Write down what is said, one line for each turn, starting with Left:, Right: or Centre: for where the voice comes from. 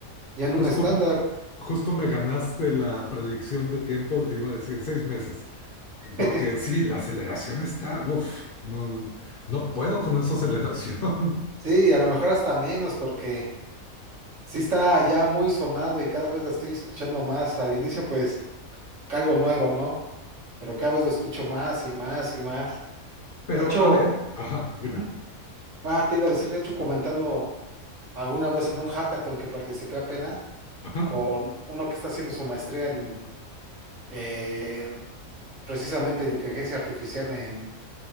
Right: ya en un
Left: Justo,
Right: estándar.
Left: justo me ganaste la predicción de tiempo, iba a decir seis meses,
Right: <laughs>
Left: porque sí, la aceleración está, uff, no, no puedo con esa aceleración.
Right: Sí, y a lo mejor hasta menos porque sí está ya muy sonado y cada vez la estoy escuchando más. Al inicio, pues, algo nuevo, ¿no? pero cada vez lo escucho más y más y más.
Left: <laughs> Pero
Right: De hecho,
Left: a ver, ajá, dime,
Right: ujú, ah, te iba a decir, de hecho, comentando alguna vez en un hackathon que participé apenas
Left: ajá.
Right: con uno que está haciendo su maestría en, en- precisamente en inteligencia artificial en,